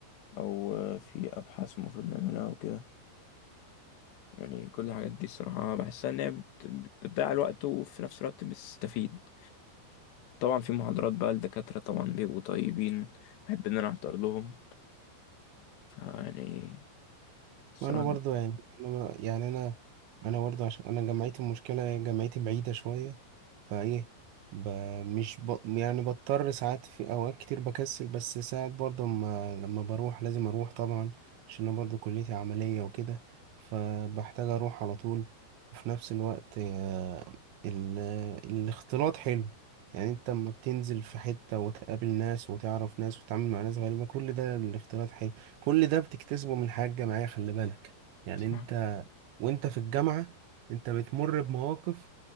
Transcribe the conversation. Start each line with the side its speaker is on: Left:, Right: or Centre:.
Left: او في ابحاث المفروض نعملها او كده يعني كل الحاجات دي الصراحة بحسها ان هي بت- بتضيع الوقت وفي نفس الوقت بتستفيد طبعا في محاضرات بقى الدكاترة طبعا بيبقوا طيبين بحب ان انا احضر لهم فيعني الصراحة
Right: انا برضو يعني انا ما- يعني انا انا برضو عشان انا جامعتي المشكله هي جامعتي بعيده شويه فايه ب... مش ب... يعني بضطر ساعات في اوقات كتير بكسل بس ساعات برضو ما... لما بروح لازم اروح طبعا عشان انا برضو كليتي عمليه وكده فبحتاج اروح على طول وفي نفس الوقت آه، ال... الاختلاط حلو يعني انت لما بتنزل في حته وتقابل ناس وتعرف ناس وتتعامل مع ناس غريبه كل ده الاختلاط حلو كل ده بتكتسبه من حاجة جماعية خلي بالك يعني
Left: بصراحة
Right: انت وانت في الجامعة انت بتمر بمواقف